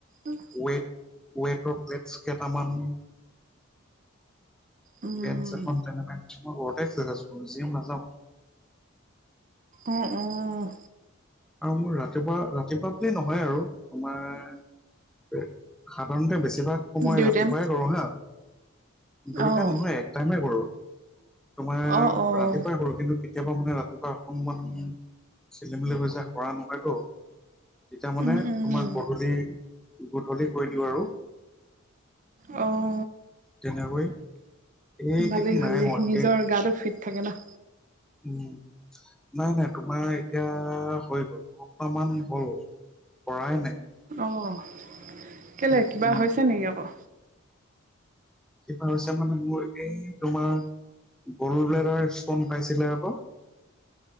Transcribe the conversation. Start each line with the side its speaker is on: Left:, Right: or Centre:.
Right: আৰু?
Centre: ৱেইট ৱেইটৰ প্লেটছ কেইটামান।
Right: উম।
Centre: বেঞ্চ এখন মে মই ঘৰতে এক্সাৰচাইজ কৰো, জিম নাযাওঁ।
Right: অ', অ।
Centre: আৰু মোৰ ৰাতিপুৱা ৰাতিপুৱা বুলি নহয় আৰু তোমাৰ সাধাৰণতে বেছিভাগ সময়
Right: দুই
Centre: ৰাতিপুৱাই
Right: টাইম
Centre: কৰো হা দুই
Right: অঁ
Centre: টাইম নহয় এক টাইমে কৰো, তোমাৰ
Right: অঁ অঁ
Centre: ৰাতিপুৱাই সৰু কিন্তু কি কেতিয়াবা মানে ৰাতিপুৱা অকনমান খেলিমেলি গৈ যায় কৰা নহয়তো। তেতিয়া মানে
Right: উম উম
Centre: তোমাক গধূলি গধূলি কৰি দিওঁ আৰু।
Right: অ'।
Centre: তেনেকৈ। এইকেইদিন
Right: ভালেই ভালেই
Centre: নাই হোৱা
Right: নিজৰ
Centre: এই
Right: গাটো ফিট থাকে ন।
Centre: উম। নাই নাই তোমাৰ এতিয়া হৈ গ'ল দুসপ্তাহ মান হ'ল কৰাই নাই।
Right: অ' কেলে
Centre: উম
Right: কিবা
Centre: উম
Right: হৈছে নেকি আকৌ?
Centre: কিবা হৈছে মানে মোৰ এই তোমাৰ গল্ড ব্লেডাৰ ষ্টন পাইছিলে আকৌ।